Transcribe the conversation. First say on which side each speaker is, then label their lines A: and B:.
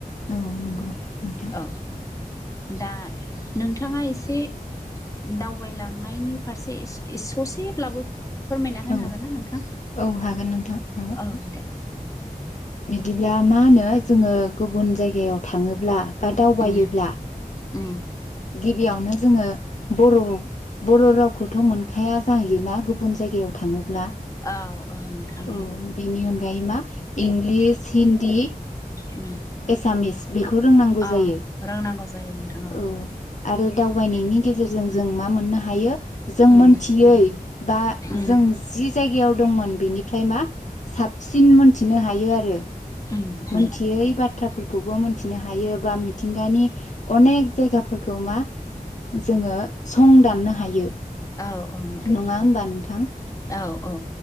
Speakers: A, on the left (about 50°); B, on the left (about 20°).
A: औ नंगौ नोंथां
B: औ दा नोंथाङा एसे दावबायलांनायनि फारसे ससेब्लाबो फोरमायना होनो
A: औ
B: हागोन ना नोंथां
A: औ हागोन नोंथां हागोन
B: औ दे
A: बिदिब्ला मा होनो जोङो गुबुन जायगायाव थाङोब्ला बा दावबायोब्ला
B: उम उम
A: गिबियावनो जोङो बर' बर' रावखौथ' मोनखाया जाहैयोना गुबुन जायगायाव थाङो ब्ला
B: औ औ नोंथां
A: औ बेनि अनगायै मा इंलिस हिन्दी
B: उम
A: एसामिस बेखौ रोंनांगौ जायो
B: औ रोंनांगौ जायो नोंथां
A: औ आरो दावबायनायनि
B: औ
A: गेजेरजों जों मा मोननो हायो जों
B: उम
A: मोनथियै बा
B: उम उम
A: जों जि जायगायाव दंमोन बेनिफ्राय मा साबसिन मोनथिनो हायो आरो
B: उम उम
A: मोनथियै बाथ्राफोरखौबो मिथिनो हायो बा मिथिंगानि अनेक जायगाफोरखौ मा जोङो सं दाननो हायो
B: औ औ नोंथां
A: नङा होमबा नोंथां?
B: औ औ